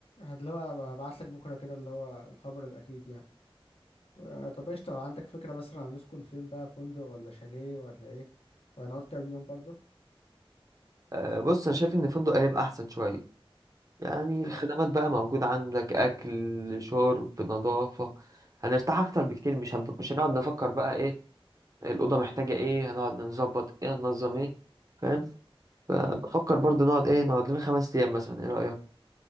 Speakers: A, on the left; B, on the right.
A: اللي هو هبعتلك بكرة كده اللي هو الخبر الأكيد يعني و- طب قشطة عندك فكرة مثلا هنسكن فين بقى فندق ولا شاليه ولا إيه وهنقعد كام يوم برضه
B: أه بص أنا شايف إن الفندق هيبقى أحسن شوية يعني
A: اه
B: الخدمات بقى موجودة عندك أكل شرب نظافة هنرتاح أكتر بكتير مش هن... مش هنقعد نفكر بقى إيه الأوضة محتاجة إيه هنقعد نظبط إيه هننظم إيه فاهم؟ فبفكر
A: مم.
B: برضه نقعد إيه نقعد لنا خمس أيام مثلا إيه رأيك؟